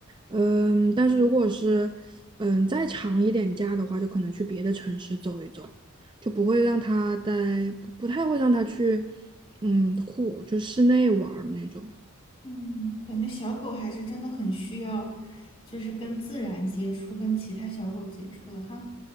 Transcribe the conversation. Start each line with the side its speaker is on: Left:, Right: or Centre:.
Right: 嗯，但是如果是嗯再长一点假的话，就可能去别的城市走一走，就不会让他在，不不太会让他去，嗯，户就室内玩儿那种。
Left: 嗯，感觉小狗还是真的很需要，就是跟自然接触，跟其他小狗接触的哈。